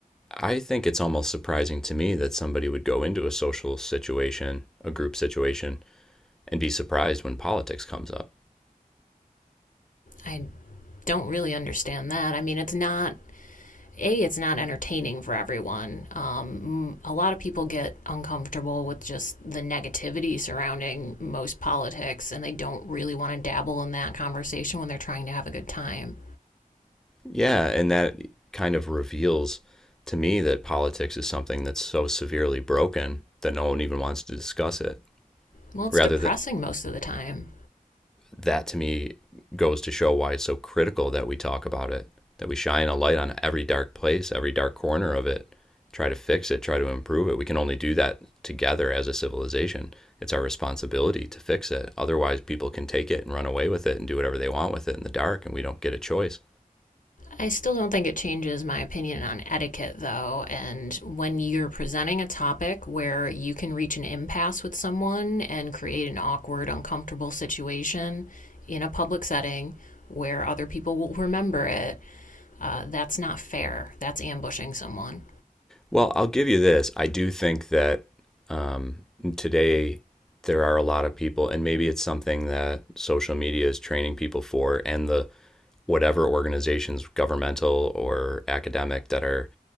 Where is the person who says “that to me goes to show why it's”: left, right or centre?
Centre